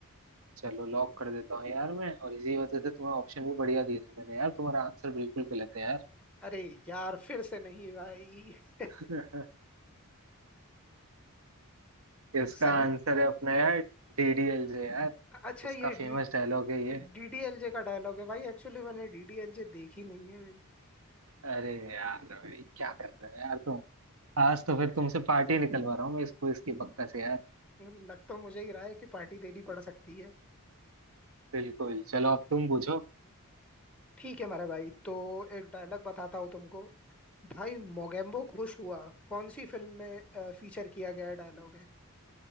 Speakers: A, on the right; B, in the centre.
A: चलो लॉक कर देता हूँ यार मैं और इसी वजह से तुम्हें ऑप्शन भी बढ़िया दिए थे मैंने यार तुम्हारा आंसर बिल्कुल गलत है यार
B: अरे यार फिर से नहीं भाई <laughs>
A: <laughs> इसका
B: सही
A: आंसर है अपना यार डीडीएलजे यार
B: अच्छा
A: उसका
B: ये
A: फेमस
B: डी
A: डायलॉग है ये
B: डीडीएलजे का डायलॉग है भाई एक्चुअली मैंने डीडीएलजे देखी नहीं है भाई।
A: अरे यार भाई क्या कर रहे हो यार तुम आज तो फिर तुमसे पार्टी निकलवा रहा हूँ मैं इस क्विज की पक्का से यार
B: <laughs> लग तो मुझे ही रहा है कि पार्टी देनी पड़ सकती है
A: बिल्कुल चलो अब तुम पूछो
B: ठीक है मेरा भाई तो एक डायलॉग बताता हूँ तुमको भाई मोगेम्बो खुश हुआ कौन सी फिल्म में फीचर किया गया डायलॉग है